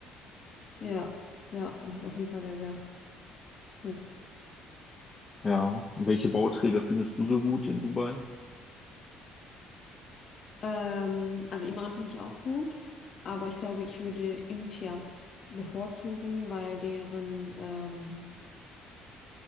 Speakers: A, on the left; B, on the left.
A: Ja, ja, die ist auf jeden Fall sehr, sehr hoch.
B: Ja. Und welche Bauträger findest du so gut in Dubai?
A: Ähm, also Iman finde ich auch gut, aber ich glaube, ich würde Imtiaz bevorzugen, weil deren ähm,